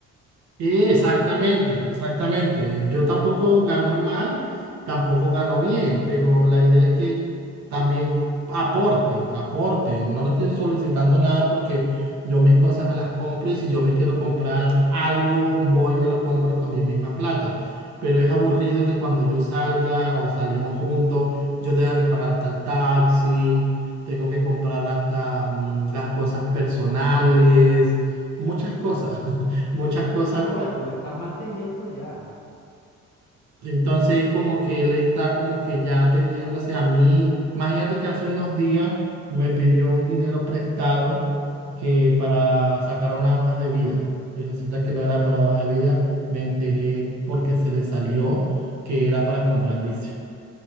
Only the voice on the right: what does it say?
Exactamente,
exactamente. Yo tampoco gano mal, tampoco gano bien, pero la idea es que también co- aporte, aporte. No le estoy solicitando nada porque yo mis cosas me las compro y si yo me quiero comprar algo, voy y me lo compro con mi misma plata. Pero es aburrido que cuando yo salga o salimos juntos, yo tenga que pagar hasta el taxi, tengo que comprar hasta mm, las cosas personales, muchas cosas. <laughs> muchas cosas
Entonces como que él está como que ya teniéndose a mí. Imagínate que hace unos días me pidió un dinero prestado que para sacar unas hojas de vida. Y resulta que no era para hojas de vida. Me enteré porque se le salió que era para comprar vicio.